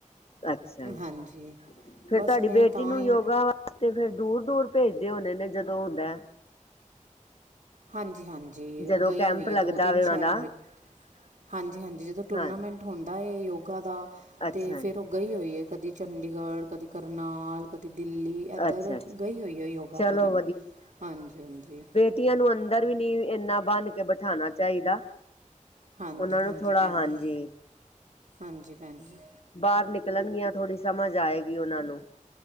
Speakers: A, on the left; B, on the right.
A: ਅੱਛਾ ਜੀ।
B: ਹਾਂਜੀ
A: ਫੇਰ
B: ਬਸ
A: ਤੁਹਾਡੀ
B: ਮੈਂ
A: ਬੇਟੀ
B: ਤਾਂ
A: ਨੂੰ
B: ਹੀ
A: ਯੋਗਾ ਤੇ ਫੇਰ ਦੂਰ- ਦੂਰ ਭੇਜਦੇ ਹੋਦੇ ਨੇ, ਜਦੋਂ ਹੁੰਦਾ ਐ?
B: ਹਾਂਜੀ ਹਾਂਜੀ।
A: ਜਦੋਂ
B: ਉਹ ਗਈ
A: ਕੈਂਪ
B: ਹੋਈ
A: ਲੱਗਦਾ
B: ਹੈ ਦੋ- ਤਿੰਨ
A: ਵੇ ਉਹਨਾਂ
B: ਸ਼ਹਿਰਾਂ
A: ਦਾ
B: ਵਿੱਚ, ਹਾਂਜੀ ਹਾਂਜੀ। ਜਦੋਂ ਟੂਰਨਾਮੈਂਟ
A: ਹਾਂ
B: ਹੋਂਦਾ ਏ ਯੋਗਾ।
A: ਅੱਛਾ
B: ਤੇ ਫਿਰ
A: ਜੀ
B: ਓ ਗਈ ਹੋਈ ਏ ਕਦੀ ਚੰਡੀਗੜ੍ਹ, ਕਦੀ ਕਰਨਾਲ, ਕਦੀ ਦਿੱਲੀ ਇੱਧਰ
A: ਅੱਛਾ ਅੱਛਾ
B: ਗਈ ਹੋਈ ਐ ਯੋਗਾ
A: ਚਲੋ
B: ਕਰਨ ਹਾਂਜੀ-ਹਾਂਜੀ।
A: ਧੀਆਂ ਨੂੰ ਅੰਦਰ ਵੀ ਨੀ ਇੰਨਾ ਬਨ ਕੇ ਬਿਠਾਣਾ ਚਾਈਦਾ।
B: ਹਾਂਜੀ
A: ਉਨਾਂ
B: ਹਾਂਜੀ
A: ਨੂੰ ਥੋੜ੍ਹਾ
B: ਭੈਣ
A: ਹਾਂਜੀ
B: ਜੀ ਹਾਂਜੀ, ਭੈਣਜੀ।
A: ਬਾਹਰ ਨਿਕਲਣਗੀਆਂ ਥੋੜ੍ਹੀ ਸਮਝ ਆਏਗੀ ਉਨਾਂ ਨੂੰ।